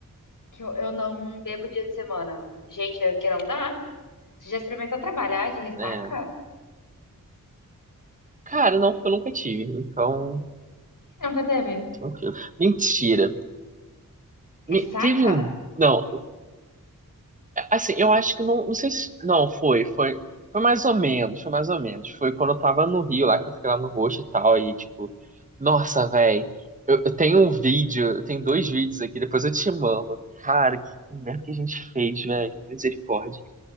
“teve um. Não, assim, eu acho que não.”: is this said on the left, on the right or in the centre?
Right